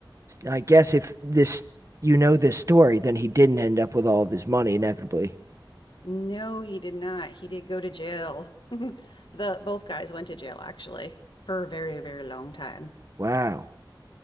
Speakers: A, on the right (about 40°); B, on the left (about 70°).
A: I guess if this, you know this story, then he didn't end up with all of his money inevitably.
B: No, he did not. He did go to jail. <laughs> The both guys went to jail actually for a very, very long time.
A: Wow.